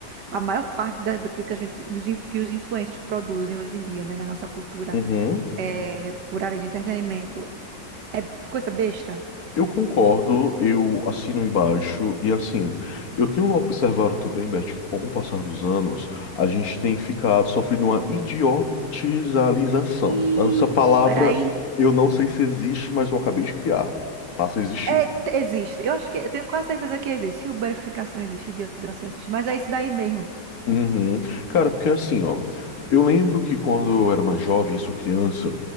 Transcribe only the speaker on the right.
a maior parte da, do que que a gente, dos, in- que os influencers produzem hoje em dia, né, na nossa cultura,
é, por área de entretenimento, é coisa besta?
Ih,
Era isso.
É, t- existe. Eu acho que eu tenho quase certeza que existe. Uberificação existe, idiotização existe, mas é isso daí mesmo.